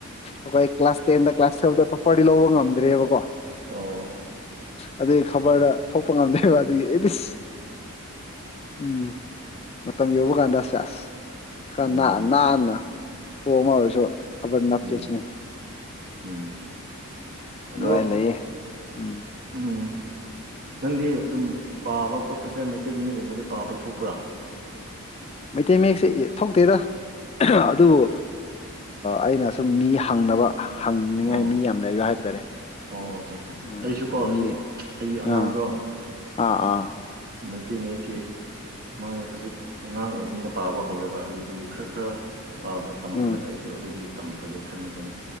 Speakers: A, on the left; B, on the right.
A: ꯑꯩꯈꯣꯏ ꯀ꯭ꯂꯥꯁ ꯇꯦꯟꯗ ꯀ꯭ꯂꯥꯁ ꯇꯨꯋꯦꯜꯞꯇ ꯇꯣꯞꯄꯔꯗꯤ ꯂꯧꯕ ꯉꯝꯗ꯭ꯔꯦꯕꯀꯣ
B: ꯑꯣ
A: ꯑꯗꯨꯗ ꯈꯕꯔꯗ ꯊꯣꯛꯄ ꯉꯝꯗꯕ ꯑꯗꯨꯒꯤ ꯑꯦꯠ ꯏꯁ ꯎꯝ ꯃꯇꯝ ꯌꯧꯕ ꯀꯥꯟꯗ ꯁꯦꯁ ꯈꯔ
B: ꯃꯥꯅꯦ ꯃꯥꯅꯦ
A: ꯅꯥꯟꯅ ꯄꯣ ꯑꯃ ꯑꯣꯏꯔꯁꯨ ꯈꯕꯔ ꯅꯞꯀꯦꯁꯤꯅꯦ
B: ꯎꯝ ꯎꯝ
A: ꯑꯗꯨꯃꯥꯏꯅ
B: ꯑꯗꯣ
A: ꯂꯩꯌꯦ ꯎꯝ
B: ꯎꯝ ꯅꯪꯗꯤ ꯑꯗꯨꯝ ꯄꯥꯕ ꯈꯣꯠꯄꯁꯦ ꯃꯩꯇꯩ ꯃꯌꯦꯛꯒꯨꯝꯕꯗꯤ ꯄꯥꯕ ꯊꯣꯛꯄ꯭ꯔꯥ
A: ꯃꯩꯇꯩ ꯃꯌꯦꯛꯁꯦ ꯊꯣꯛꯇꯦꯗ ꯑꯗꯨꯕꯨ ꯑꯩꯅ ꯁꯨꯝ ꯃꯤ ꯍꯪꯅꯕ ꯍꯪꯅꯤꯡꯉꯥꯏ
B: ꯑꯣ
A: ꯃꯤ ꯌꯥꯝ ꯂꯩꯕ ꯍꯥꯏꯕ ꯇꯥꯔꯦ
B: ꯑꯣ ꯑ ꯑꯦ
A: ꯎꯝ
B: ꯑꯩꯁꯨ ꯀꯣ ꯍꯧꯖꯤꯛ
A: ꯃꯤ
B: ꯑꯩꯒꯤ ꯑꯉꯥꯡꯗꯣ
A: ꯑꯥ ꯑꯥ ꯑꯥ
B: ꯃꯩꯇꯩ ꯃꯌꯦꯛꯀꯤ ꯃꯥꯣꯏ ꯍꯧꯖꯤꯛ ꯑꯉꯥꯡ ꯑꯣꯏꯕꯅꯤꯅ ꯄꯥꯕ ꯍꯧꯔꯦꯕ ꯑꯗꯨꯗꯒꯤ ꯈꯔ ꯈꯔ ꯄꯥꯕ ꯇꯝꯍꯜꯂꯒ
A: ꯎꯝ
B: ꯑꯩꯁꯨ ꯑꯗꯨꯗꯒꯤ ꯇꯝꯈ꯭ꯔꯒꯦ ꯈꯟꯕꯅꯤꯅ